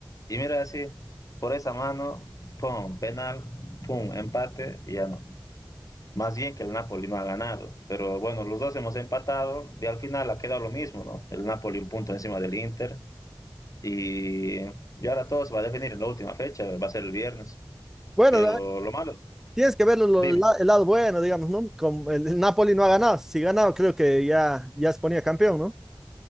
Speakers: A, on the left (about 50°); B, in the centre.
A: Y mira, así, por esa mano, pum, penal, pum, empate, y ya no. Más bien que el Napoli no ha ganado. Pero bueno, los dos hemos empatado y al final ha quedado lo mismo, ¿no? El Napoli un punto encima del Inter. Y, y ahora todo se va a definir en la última fecha, va a ser el viernes.
B: Bueno,
A: Pero lo malo,
B: Tienes que ver lo- lo-
A: dime.
B: la- el lado bueno, digamos, ¿no? Como el, el Napoli no ha ganado. Si ganaba, creo que ya, ya se ponía campeón, ¿no?